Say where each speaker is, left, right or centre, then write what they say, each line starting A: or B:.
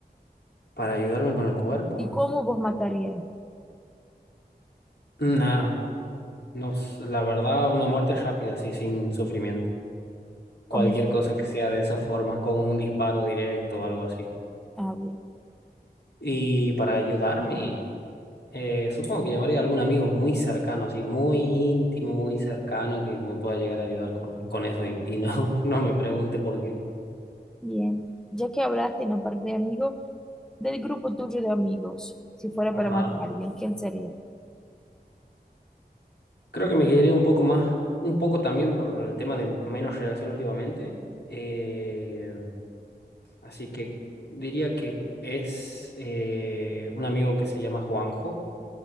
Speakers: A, on the left; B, in the centre.
A: Para ayudarme con el cuerpo.
B: ¿Y cómo vos matarías?
A: Nah, no, s- la verdad, una muerte rápida, así, sin sufrimiento. Cualquier
B: ¿Cómo te-
A: cosa que sea de esa forma, como un disparo directo o algo así.
B: Ah, bien.
A: Y para ayudarme, eh, supongo que llamaría a algún amigo muy cercano, así, muy íntimo, muy cercano, que me pueda llegar a ayudar con, con eso y, y no, <laughs> no me pregunte por qué.
B: Bien. Ya que hablaste en la parte de amigos, Del grupo tuyo de amigos, si fuera
A: Ajá.
B: para matar a alguien, ¿quién sería?
A: Creo que me quedé un poco más, un poco también por el tema de menos relación últimamente. Eh, así que diría que es eh, un amigo que se llama Juanjo,